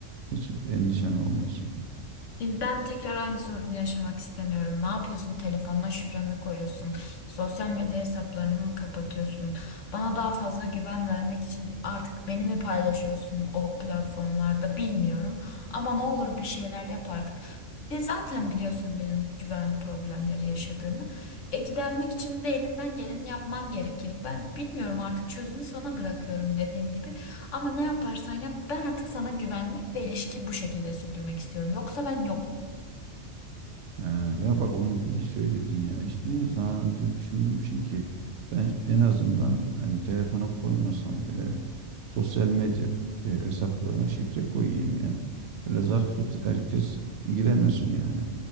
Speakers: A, on the right (about 65°); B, on the left (about 65°).
A: hiç endişen olmasın.
B: E, Ben tekrar aynı sorunu yaşamak istemiyorum. Ne yapıyorsun? Telefonuna şifre mi koyuyorsun? Sosyal medya hesaplarını mı kapatıyorsun? Bana daha fazla güven vermek için artık beni mi paylaşıyorsun o platformlarda bilmiyorum. Ama ne olur bir şeyler yap artık. De zaten biliyorsun benim güven problemleri yaşadığımı. E gidermek için de elinden geleni yapman gerekir. Ben bilmiyorum artık çözümü sana bırakıyorum dediğim gibi. Ama ne yaparsan yap ben artık sana güvenmek ve ilişkiyi bu şekilde sürdürmek istiyorum. Yoksa ben yokum.
A: Ee, ya bak onu iyi söyledin ya. Hiç ne zaman önce düşünmemişim ki. Ben en azından hani telefona koymasam bile sosyal medya e, hesaplarına şifre koyayım ya. Böyle zart tut herkes giremesin yani.